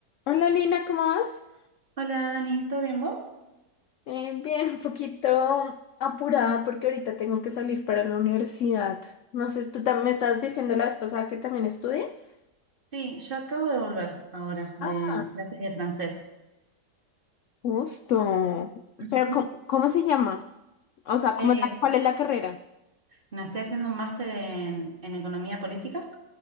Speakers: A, on the left; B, on the right.
A: Hola Lina, ¿cómo vas?
B: Hola Dani, ¿todo bien vos?
A: Eh, bien, un poquito apurada porque ahorita tengo que salir para la universidad. No sé, ¿tú también me estás diciendo la vez pasada que también estudias?
B: Sí, yo acabo de volver ahora de
A: Ah,
B: mis clases de francés.
A: justo.
B: <laughs>
A: Pero ¿cómo, cómo se llama? O sea,
B: Eh,
A: ¿cómo, cuál es la carrera?
B: no, estoy haciendo un máster en, en economía política